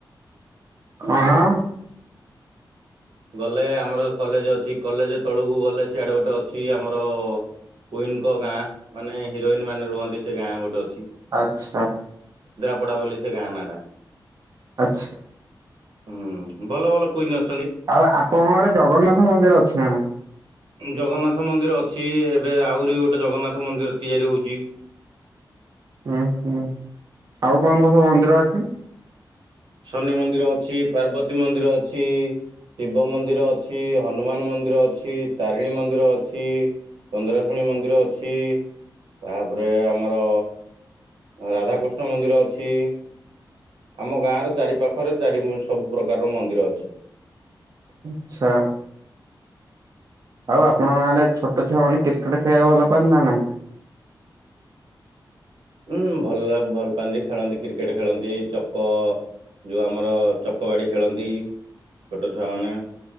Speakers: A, on the right (about 45°); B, on the right (about 85°).
A: କଣ?
B: ଗଲେ ଆମର କଲେଜ ଅ ଛି କଲେଜ ତଳକୁ ଗଲେ ସିଆଡେ ଗୋଟେ ଅଛି ଆମର କୁଇନଙ୍କ ଗାଁ ମାନେ ହିରୋଇନ ମାନେ ରୁହନ୍ତି ସେ ଗାଁ ଗୋଟେ
A: ଆଛା।
B: କପଡ଼ା ବୋଲି ସେ ଗାଁ ନା ଟା।
A: ଆଛା।
B: ହୁଁ ଭଲ ଭଲ କୁଇନ ଅ
A: ଆଉ ଆପଣଙ୍କ ଆଡେ ଜଗନ୍ନାଥ ମନ୍ଦିର ଅଛି ନା ନାହିଁ?
B: ଜଗନ୍ନାଥ ମନ୍ଦିର ଅଛି। ଏବେ ଆହୁରି ଗୋଟେ ଜଗନ୍ନାଥ ମନ୍ଦିର ତିଆରି ହଉଚି। <inaudible>
A: ଉଁହୁଁ ଆଉ କଣ କଣ ସବୁ ମନ୍ଦିର ଅଛି?
B: ଶନି ମନ୍ଦିର ଅଛି ପାର୍ବତୀ ମନ୍ଦିର ଅଛି। ଶିବ ମନ୍ଦିର ଅଛି ହନୁମାନ ମନ୍ଦିର ଅଛି ତାରିଣୀ ମନ୍ଦିର ଅଛି। ଚନ୍ଦ୍ରାଶୁଣୀ ମନ୍ଦିର ଅଛି ତାପରେ ଆମର ରାଧାକୃଷ୍ଣ ମନ୍ଦିର ଅଛି ଆମ ଗାଁ ର ଚାରି ପାଖରେ ଚାରି ସବୁ ପ୍ରକାରର ମନ୍ଦିର ଅଛି।
A: ଆଛା। ଆଉ ଆପଣଙ୍କ ଗାଁରେ ଛୋଟ ଛୁଆ ମାନେ କ୍ରିକେଟ ଖେଳିବାକୁ ଭଲ ପାଆନ୍ତି ନା ନାହିଁ?
B: ହୁଁ ଭଲ ଲା ଭଲ ପାଆନ୍ତି ଖେଳନ୍ତି କ୍ରିକେଟ ଖେଳନ୍ତି ଚକ ଯୋଉ ଆମର ଚକବାଡ଼ି ଖେଳନ୍ତି। ଛୋଟ ଛୁଆମାନେ